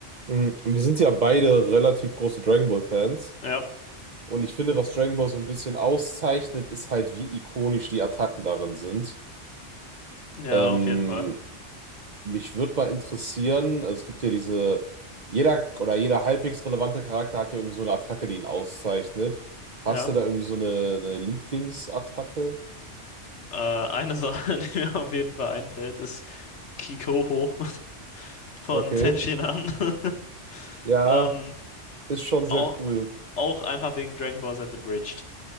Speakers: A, on the right; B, on the left.
A: Mhm. Und wir sind ja beide relativ große Dragon Ball Fans.
B: Ja,
A: Und ich finde, was Dragon Ball so ein bisschen auszeichnet, ist halt, wie ikonisch die Attacken darin sind.
B: ja,
A: Ähm,
B: auf jeden Fall.
A: mich würde mal interessieren, also es gibt ja diese, jeder oder jeder halbwegs relevante Charakter hat ja irgendwie so eine Attacke, die ihn auszeichnet. Hast
B: Ja.
A: du da irgendwie so eine, eine Lieblingsattacke?
B: Äh, eine Sache, <laughs> die mir auf jeden Fall einfällt, ist Kikoho von
A: Okay.
B: Tenshinhan. <laughs>
A: Ja,
B: Ähm,
A: ist schon sehr
B: auch,
A: cool.
B: auch einfach wegen Dragon Ball Z Abridged.